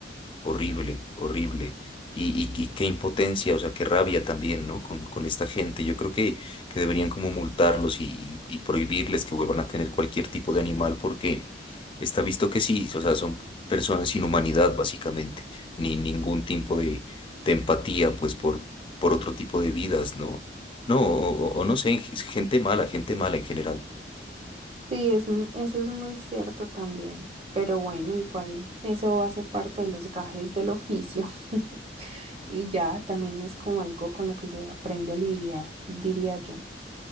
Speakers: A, on the left; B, on the right.
A: Horrible, horrible. Y, y, y qué impotencia, o sea, qué rabia también, ¿no? Con, con esta gente. Yo creo que, que deberían como multarlos y, y- y prohibirles que vuelvan a tener cualquier tipo de animal porque está visto que sí, o sea, son personas sin humanidad, básicamente. Ni ningún tipo de, de empatía, pues, por, por otro tipo de vidas, ¿no? No, o, o- o no sé, gente mala, gente mala en general.
B: Sí, es, m- eso es muy cierto también, pero bueno, igual eso hace parte de los gajes del oficio <laughs> y ya también es como algo con lo que se aprende a lidiar, diría yo.